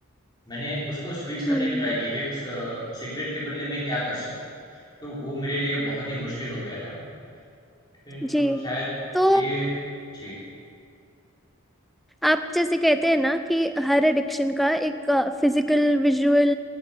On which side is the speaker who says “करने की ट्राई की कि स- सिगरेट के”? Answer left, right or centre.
Left